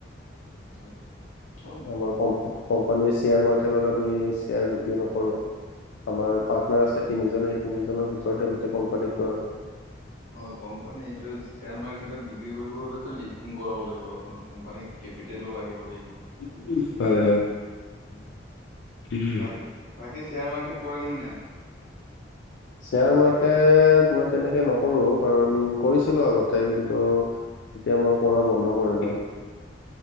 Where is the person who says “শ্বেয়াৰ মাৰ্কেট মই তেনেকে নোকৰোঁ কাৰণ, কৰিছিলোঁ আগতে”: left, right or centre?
Left